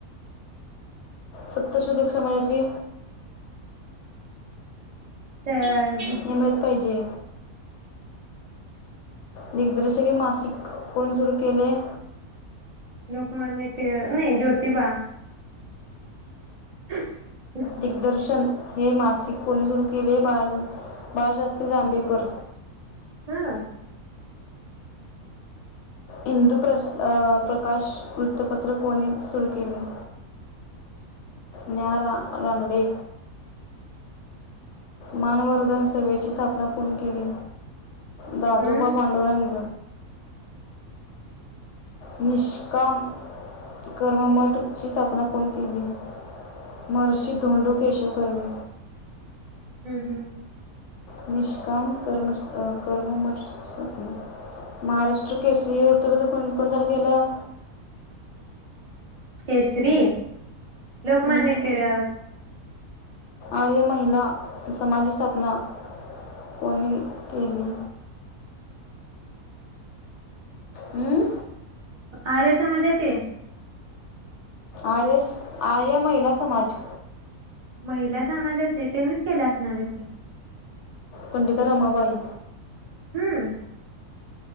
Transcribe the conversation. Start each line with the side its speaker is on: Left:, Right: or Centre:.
Left: सत्तशोधक समाजाची
Right: ते
Left: हे माहित पाहिजे. दिग्दर्शक हे मासिक कोण सुरू केलंय?
Right: लोकमान्य टि नाही ज्योतिबा <inaudible>
Left: दिग्दर्शन हे मासिक कोणी सुरू केले बाळ बाळशास्त्री जांबेकर.
Right: हा.
Left: इंदू प्र अ प्रकाश वृत्तपत्र कोणी सुरू केली? ज्ञा रा रानडे. मानवर्धन सभेची स्थापना कोण केली? दादोबा
Right: हम्म
Left: वांडुरंग. निष्काम कर्ममठची स्थापना कोण केली? महर्षी धोंडू केशव कर्वे.
Right: हम्म, हम्म.
Left: निष्काम कर्म अ कर्ममठ स्थापना, महाराष्ट्र केसरी वृतप्रत्र कोण कोण चालू केलं?
Right: केसरी? लोकमान्य
Left: हम्म.
Right: टिळक.
Left: आर्य महिला समाजची स्थापना कोणी केली? अं?
Right: आर्य समाज्याची?
Left: आर्य स आर्य महिला समाज.
Right: महिला समाजाचे तेनीच केले असणार आहेत की.
Left: पंडित रमाबाई.
Right: हम्म.